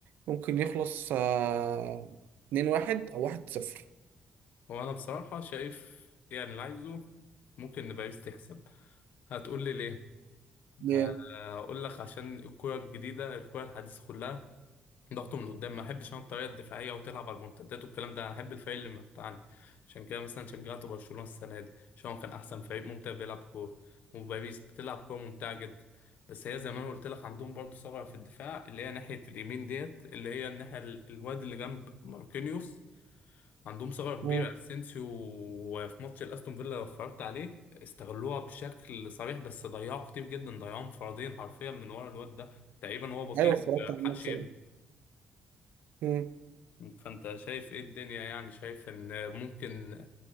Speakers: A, on the right; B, on the left.
A: ممكن يخلص آه، 2-1 او 1-0
B: هو انا بصراحة شايف يعني اللي عايزه ممكن ان باريس تكسب هتقول لي ليه
A: yeah.
B: ه- هقول لك عشان الكرة الجديدة الكرة الحديثة كلها ضغط من قدام ما احبش انا الطريقة الدفاعية وتلعب على المنتدات والكلام ده انا احب الفريق اللي متعني عشان كده مثلا شجعت برشلونة السنة دي عشان هو كان احسن فريق ممتع بيلعب كورة وباريس بتلعب كورة ممتعة جدا بس هي زي ما انا قلت لك عندهم برضه ثغرة في الدفاع اللي هي ناحية اليمين ديت اللي هي الناحية ال- الواد اللي جنب ماركينيوس عندهم ثغرة كبيرة
A: مم.
B: اسينسيو وفي ماتش الاستون فيلا لو اتفرجت عليه استغلوها بشكل صريح بس ضيعوا كتير جدا ضيعوا انفرادين حرفيا من ورا الواد ده تقريبا هو بطيء
A: ايوه اتفرجت
B: ما
A: على
B: لحقش
A: الماتش
B: يجري
A: ده مم.
B: فانت شايف ايه الدنيا يعني شايف ان ممكن